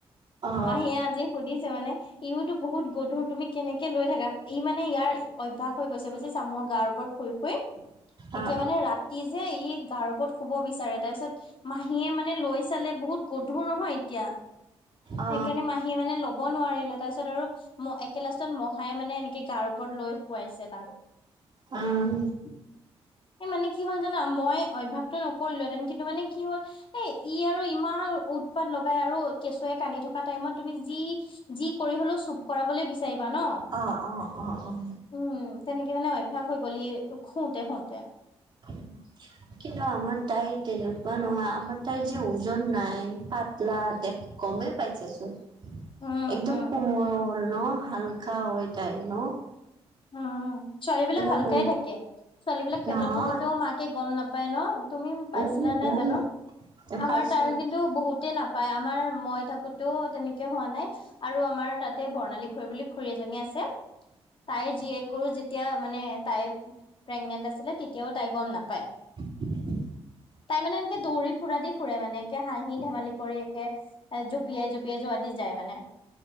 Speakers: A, on the right; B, on the left.
A: অ
B: মাহীয়ে আজি সুধিছে মানে ইউতো বহুত গধুৰ তুমি কেনেকে লৈ থাকা। ই মানে ইয়াৰ অভ্যাস হৈ গৈছে বুজিচা মোৰ গাৰ ওপৰত শুই-শুই।
A: অ
B: এতিয়া মানে ৰাতি যে ই গাৰ ওপৰত শুব বিচাৰে তাৰপিছত মাহীয়ে মানে লৈ চালে বহুত বহুত গধুৰ নহয় এতিয়া।
A: অ অ
B: সেইকাৰণে মাহীয়ে মানে ল'ব নোৱাৰিলে তাৰপিছত আৰু একে লাষ্টত মহাই মানে এ কিবগাৰ ওপৰত লৈ শুৱাইছে তাক।
A: উম
B: এই মানে কি হ'ল জানা মই অভ্যাসটো নকৰিলো এ কিন্তু মানে কি হ'ল এ ই আৰু ইমান উৎপাত লগাই আৰু কেচুৱাই কান্দি থকা টাইমত তুমি যি - যি কৰি হলেও চুপ কৰাবলৈ বিচাৰিবা ন।
A: অ অ অ উম
B: উম তেনেকে মানে অভ্যাস হৈ গ'লি শুতে শুতে
A: <inaudible> কিন্তু আমাৰ তাই তেনেকুৱা নহয় আমাৰ তাই যে ওজন নাই পাতলা দেখ- কমেই পাইছে চোন
B: উম
A: একদম
B: উম
A: কোমল ন হালকা হয় তাই ন
B: উম ছোৱালী বিলাক
A: ইমান
B: হালকাই থাকে। ছোৱালী বিলাক পেটত
A: নহয়
B: থাকোতেও মাকে গম নাপায় ন। তুমি পাইছিলা
A: উম
B: নাই
A: উম
B: জানো
A: এ
B: আমাৰ
A: পাইছিলো।
B: তাৰ কিন্তু বহুতে নাপ পাই আমাৰ মই থাকোতেও তেনেকে হোৱা নাই। আৰু আমাৰ তাতে বৰ্ণালী খুৰী বুলি খুৰী এজনী আছে। তাইৰ জীয়েকৰ যেতিয়া মানে তাই প্ৰেগনেন্ট আছিলে তেতিয়াও তাই গম নাপায়।
A: <unintelligible>
B: তাই মানে এনেকে দৌৰি ফুৰা দি ফুৰে মানে একে হাহি ধেমালি কৰি একে। জঁপিয়াই - জঁপিয়াই যোৱা দি যায় মানে।